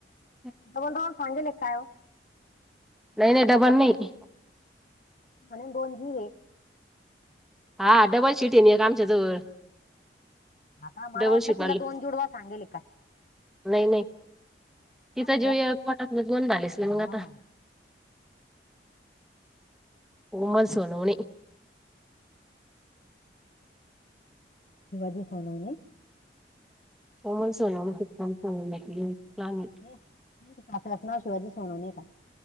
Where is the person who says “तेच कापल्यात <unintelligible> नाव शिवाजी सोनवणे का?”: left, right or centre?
Left